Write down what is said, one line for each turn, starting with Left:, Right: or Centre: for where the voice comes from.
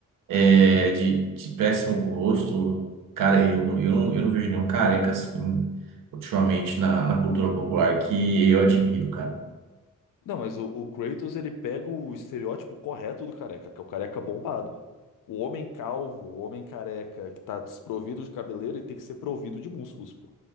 Right: é, de, de péssimo gosto. Cara, eu, eu, não- eu não vejo nenhum careca assim ultimamente na, na cultura popular que eu admiro, cara.
Left: Não, mas o, o Kratos ele pega o estereótipo correto do careca, que é o careca bombado. O homem calvo, o homem careca que tá desprovido de cabeleira, ele tem que ser provido de músculos, pô.